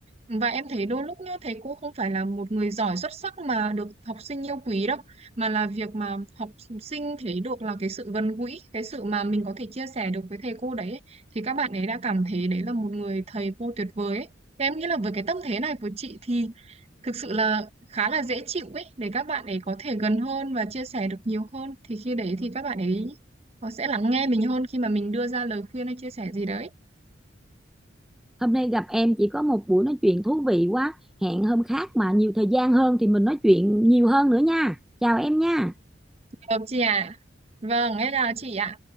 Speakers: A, on the right; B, in the centre.
A: Và em thấy đôi lúc nhá, thầy cô không phải là một người giỏi xuất sắc mà được học sinh yêu quý đâu mà là việc mà học sinh thấy được là cái sự gần gũi, cái sự mà mình có thể chia sẻ được với thầy cô đấy ấy, thì các bạn ấy đã cảm thấy đấy là một người thầy cô tuyệt vời ấy. Thế em nghĩ là với cái tâm thế này của chị thì thực sự là khá là dễ chịu ấy để các bạn ấy có thể gần hơn và chia sẻ được nhiều hơn thì khi đấy thì các bạn ấy họ sẽ lắng nghe mình hơn khi mà mình đưa ra lời khuyên hay chia sẻ gì đấy.
B: hôm nay gặp em chị có một buổi nói chuyện thú vị quá hẹn hôm khác mà nhiều thời gian hơn thì mình nói chuyện nhiều hơn nữa nha chào em nha
A: Được chị ạ? Vâng, em chào chị ạ.